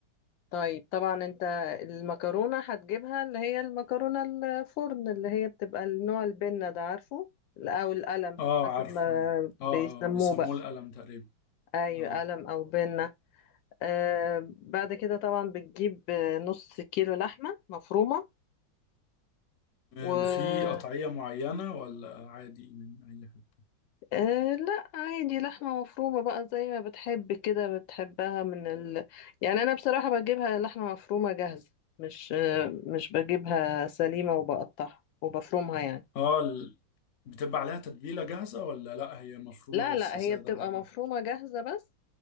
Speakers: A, on the left; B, on the left.
A: طيب طبعا انت المكرونة هتجيبها اللي هي المكرونة الفرن اللي هي بتبقى النوع البنة ده عارفه لا، او القلم
B: أه
A: حسب
B: عارفه
A: ما
B: أيوة.
A: بيسموه
B: أه أه بيسموه
A: بقى
B: القلم تقريبا
A: ايوه
B: أه
A: قلم او بنة آه بعد كده طبعا بتجيب آه، نص كيلو لحمة مفرومة
B: أم،
A: و
B: في قطعية معينة ولا عادي من أي حاجة؟
A: أه لا عادي لحمة مفرومة بقى زي ما بتحب كده بتحبها من ال... يعني أنا بصراحة بجيبها لحمة مفرومة جاهزة مش أه مش بجيبها سليمة وبقطعها وبفرمها يعني
B: اه ال- بتبقى عليها تتبيلة جاهزة ولا لأ هي مفرومة
A: لا
B: بس
A: لا
B: سادة
A: هي بتبقى
B: برضه
A: مفرومة جاهزة بس